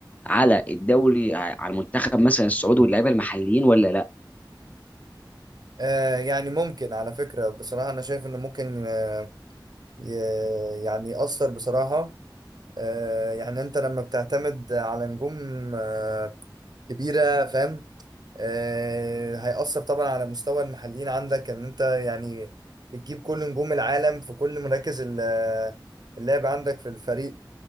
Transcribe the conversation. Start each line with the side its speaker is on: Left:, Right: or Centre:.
Left: على الدوري على المنتخب مثلا السعودي واللعيبه المحليين ولا لا
Right: آه يعني ممكن على فكرة بصراحة أنا شايف إنه ممكن آه ي... يعني يأثر بصراحة آه يعني أنت لما بتعتمد على نجوم آه كبيرة فاهم آه، هيأثر طبعا على مستوى المحليين عندك ان انت يعني بتجيب كل نجوم العالم في كل مراكز ال- اللعب عندك في الفريق